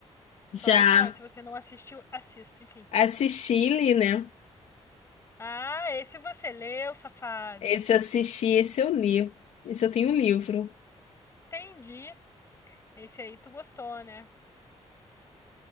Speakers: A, on the left (about 25°); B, on the left (about 85°).
A: sou
B: Já
A: apaixonada. Se você não assistiu, assista, enfim.
B: assisti e li, né?
A: Ah, esse você leu, safada.
B: Esse eu assisti, esse eu li. Esse eu tenho um livro.
A: Entendi. Esse aí tu gostou, né?